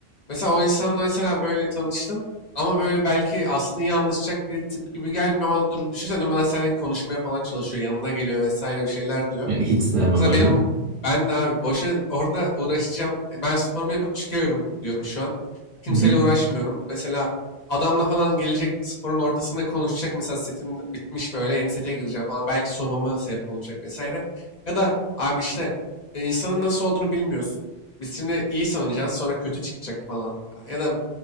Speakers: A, on the left (about 50°); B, on the right (about 85°).
A: mesela o insanla mesela böyle tanıştın ama böyle belki aslında iyi anlaşacak bir tip gibi gelmiyor ama dur, düşünsene durmadan seninle konuşmaya falan çalışıyor. Yanına geliyor vesaire bir şeyler diyor.
B: Ya, Hiç sevmem
A: Mesela
B: öyle.
A: benim ben de abi boşa orada uğraşacağım. E, Ben sporumu yapıp çıkıyorum diyorum şu an. Kimseyle
B: Hı hı,
A: uğraşmıyorum. Mesela adamla falan gelecek sporun ortasında konuşacak. Mesela setim bitmiş böyle yeni sete gireceğim falan. Belki soğumama sebep olacak vesaire. Ya da abi işte e, insanın nasıl olduğunu bilmiyorsun. Biz şimdi iyi sanacağız sonra kötü çıkacak falan. Ya da